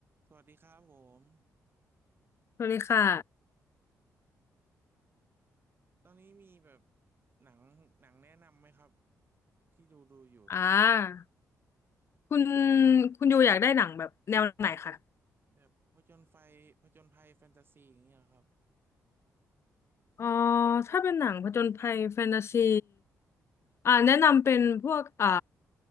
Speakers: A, on the right; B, on the left.
A: สวัสดีครับผม
B: สวัสดีค่ะ
A: ตอนนี้มีแบบหนังหนังแนะนำไหมครับที่ดูดูอยู่
B: อ่าคุณคุณยูอยากได้หนังแบบแนวไหนคะ
A: แบบผจญไฟผจญภัยแฟนตาซีอย่างเงี้ยครับ
B: อ๋อถ้าเป็นหนังผจญภัยแฟนตาซีอ่าแนะนำเป็นพวกอ่า